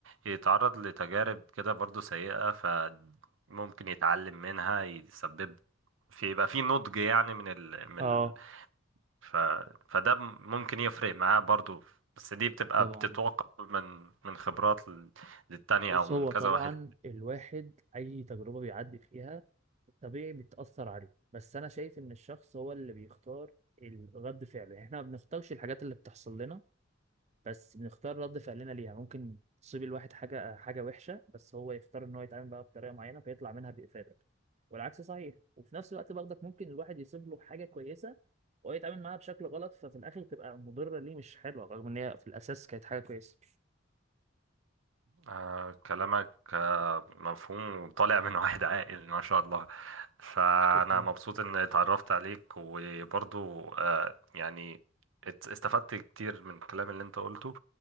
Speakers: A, on the right; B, on the right.
A: يتعرض لتجارب كده برضو سيئة فممكن يتعلم منها يسبب في يبقى في نضج يعني من ال... من
B: اه
A: ال... ف... فده ممكن يفرق معاه برضو بس دي بتبقى
B: طبعا
A: بتتوقع من من خبرات لل- للتانية
B: بص
A: او من
B: هو
A: كذا
B: طبعا
A: واحد
B: الواحد أي تجربة بيعدي فيها طبيعي بتأثر عليه بس أنا شايف إن الشخص هو اللي بيختار ال- رد فعله يعني إحنا ما بنختارش الحاجات اللي بتحصل لنا بس بنختار رد فعلنا ليها ممكن تصيب الواحد حاجة حاجة وحشة بس هو يختار إن هو يتعامل بقى بطريقة معينة فيطلع منها بإفادة والعكس صحيح وفي نفس الوقت برضك ممكن الواحد يصيب له حاجة كويسة وهو يتعامل معاها بشكل غلط ففي الآخر تبقى مضرة ليه مش حلوة رغم إن هي في الأساس كانت حاجة كويسة
A: آه كلامك آه مفهوم وطالع من <laughs> واحد عاقل ما شاء الله فأنا
B: شكرا
A: مبسوط إن اتعرفت عليك وبرضو آه يعني ات- استفدت كتير من الكلام اللي انت قلته